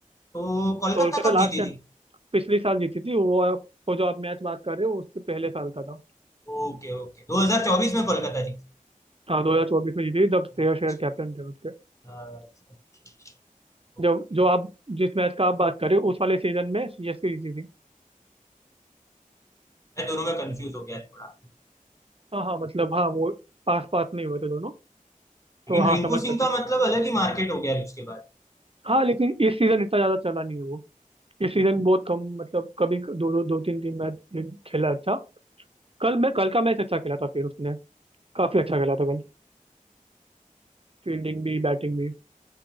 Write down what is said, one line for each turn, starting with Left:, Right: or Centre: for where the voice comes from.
Left: तो कोलकाता
Right: कोलकाता
Left: कब
Right: लास्ट
Left: जीती
Right: टाइम
Left: थी
Right: पिछले साल जीती थी वो आप- वो जो आप मैच बात कर रहे हो वो उसके पहले साल का था
Left: ओके ओके 2024 में कोलकाता जीती
Right: हाँ 2024 में जीती थी जब श्रेयस
Left: थी अच्छा
Right: अय्यर कैप्टन थे उसके
Left: अच्छा, अच्छा। Okay
Right: जब जो आप
Left: okay
Right: जिस मैच का आप बात कर रहे हो उस वाले सीजन में सीएसके जीती थी
Left: मैं दोनों में कंफ्यूज हो गया थोड़ा
Right: हाँ हाँ मतलब हाँ वो पास पास नहीं हुए थे दोनों
Left: लेकिन
Right: तो हाँ
Left: रिंकू
Right: समझ
Left: सिंह
Right: सकते
Left: का
Right: हैं।
Left: मतलब अलग ही मार्केट हो गया उसके बाद
Right: हाँ लेकिन इस सीजन इतना ज्यादा चला नहीं है वो इस सीजन बहुत कम मतलब कभी दो दो, दो तीन तीन मैच खेला अच्छा कल मैं कल का मैच अच्छा खेला था फिर उसने काफी अच्छा खेला था कल फील्डिंग भी बैटिंग भी